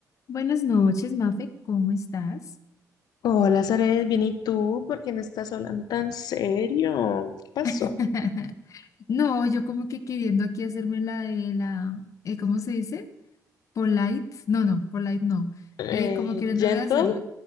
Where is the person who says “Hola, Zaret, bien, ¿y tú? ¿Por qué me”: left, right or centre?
Left